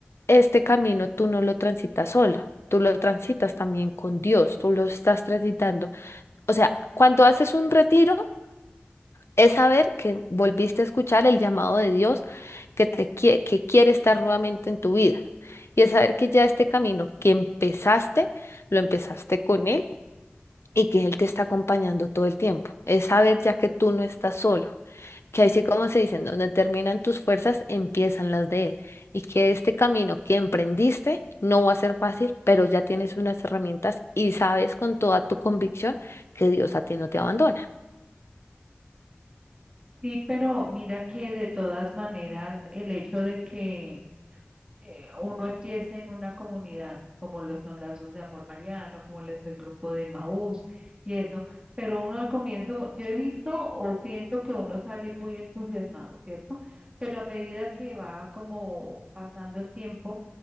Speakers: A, on the left; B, on the right.
A: este camino tú no lo transitas sola. Tú lo transitas también con Dios, tú lo estás transitando o sea, cuando haces un retiro, es saber que volviste a escuchar el llamado de Dios que te quie- que quiere estar nuevamente en tu vida. Y es saber que ya este camino que empezaste, lo empezaste con Él y que Él te está acompañando todo el tiempo. Es saber ya que tú no estás solo, que así como se dicen, donde terminan tus fuerzas, empiezan las de Él. Y que este camino que emprendiste no va a ser fácil, pero ya tienes unas herramientas y sabes con toda tu convicción que Dios a ti no te abandona.
B: Sí, pero mira que de todas maneras el hecho de que eh, uno empiece en una comunidad, como lo son Lazos de Amor Mariano, como lo es el grupo de Maús y eso, pero uno al comienzo, yo he visto o siento que uno sale muy entusiasmado, ¿cierto? Pero a medida que va como pasando el tiempo,